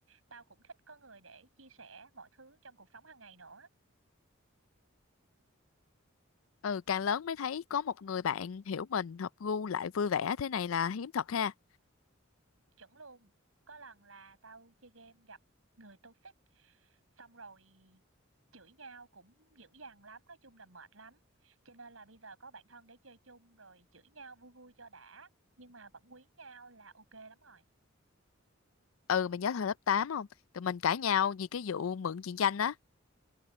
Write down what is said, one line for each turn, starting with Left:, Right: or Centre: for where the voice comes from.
Right: tao cũng thích có người để chia sẻ mọi thứ trong cuộc sống hàng ngày nữa
Left: ừ càng lớn mới thấy có một người bạn hiểu mình hợp gu lại vui vẻ thế này là hiếm thật ha
Right: chuẩn luôn có lần là tao chơi game gặp người toxic xong rồi chửi nhau cũng dữ dằn lắm nói chung là mệt lắm cho nên là bây giờ có bạn thân để chơi chung rồi chửi nhau vui vui cho đã nhưng mà vẫn quý nhau là ok lắm rồi
Left: ừ mày nhớ thời lớp 8 không tụi mình cãi nhau vì cái vụ mượn chuyện tranh á